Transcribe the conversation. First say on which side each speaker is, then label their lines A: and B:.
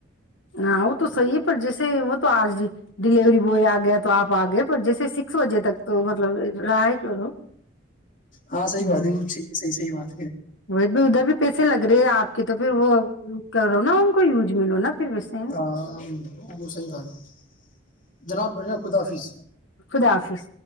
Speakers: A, on the left (about 70°); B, on the left (about 40°).
A: ہاں وہ تو صحیح ہے پر جیسے وہ تو آج ڈیلیوری بوائے آ گیا تو آپ آ گئے پر جیسے سکس بجے تک تو مطلب رہا ہے کرو
B: ہاں صحی
A: ہوں
B: بات ہے وہ ہے <unintelligible> صح بات ہے
A: وہ ادھر بھی پیسے لگ رہے آپ کے تو پھر وہ کرو نا ان کو یوز ملو نا پھر ویسےویل
B: آپ ہاں وہ صحیح بات ہے جناب بڑھیا خدا حافظ
A: خدا حافظ